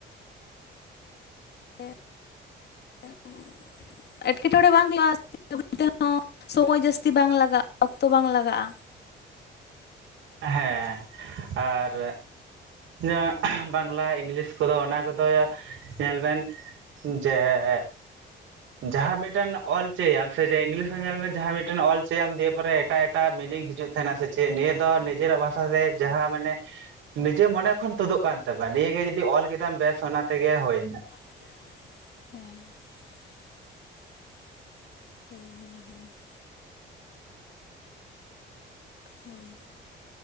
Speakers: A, on the left (about 55°); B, on the right (about 80°).
A: ᱮᱜ <unintelligible> ᱮᱴᱠᱮᱴᱚᱬᱮ ᱵᱟᱝ ᱦᱩᱭᱩᱜ-ᱟ <inaudible> ᱛᱮᱦᱚᱸ ᱥᱚᱢᱚᱭ ᱡᱟᱹᱥᱛᱤ ᱵᱟᱝ ᱞᱟᱜᱟᱜ ᱚᱠᱛᱚ ᱵᱟᱝ ᱞᱟᱜᱟᱜ-ᱟ᱾
B: ᱦᱮᱸ ᱟᱨ ᱡᱮᱢᱚᱱ ᱵᱟᱝᱜᱽᱞᱟ ᱤᱝᱜᱽᱞᱤᱥ ᱠᱚᱫᱚ ᱚᱱᱟ ᱠᱚᱫᱚ ᱧᱮᱞ ᱵᱮᱱ ᱡᱮᱜᱻ ᱡᱟᱦᱟᱸ ᱢᱤᱫᱴᱟᱱ ᱚᱞ ᱪᱩᱭᱟᱢ ᱥᱮ ᱡᱮ ᱤᱝᱜᱽᱞᱤᱥ ᱨᱮ ᱦᱚᱸ ᱧᱮᱞ ᱢᱮ ᱡᱟᱦᱟᱸ ᱢᱤᱫᱴᱮᱱ ᱚᱞ ᱪᱩᱭᱟᱢ ᱫᱤᱭᱮ ᱯᱚᱨᱮ ᱮᱴᱟᱜ ᱮ ᱴᱟ ᱢᱤᱱᱤᱝ ᱦᱤᱡᱩᱜ ᱛᱟᱦᱮᱱᱟ ᱥᱮ ᱪᱮᱜ ᱰᱷᱮᱨ ᱛᱚ ᱱᱤᱡᱮᱨᱟᱜ ᱵᱷᱟᱥᱟ ᱛᱮ ᱡᱟᱦᱟᱸ ᱢᱟᱱᱮ ᱱᱤᱡᱮᱨ ᱢᱚᱱᱮ ᱠᱷᱚᱱ ᱛᱳᱫᱜ ᱠᱟᱱ ᱛᱟᱢᱟ ᱱᱤᱭᱟᱹ ᱜᱮ ᱡᱩᱫᱤ ᱚᱞ ᱠᱮᱫᱟᱢ ᱵᱮᱥ ᱚᱱᱟ ᱛᱮᱜᱮ ᱦᱩᱭ ᱱᱟ᱾
A: <unintelligible> ᱦᱚᱭ